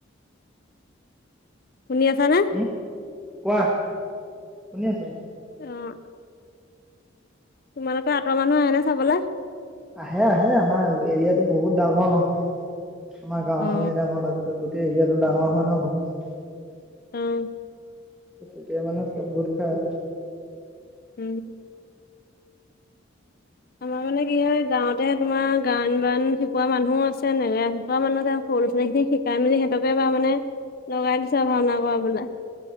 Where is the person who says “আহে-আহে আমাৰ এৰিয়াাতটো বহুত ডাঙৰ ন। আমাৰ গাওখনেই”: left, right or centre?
Centre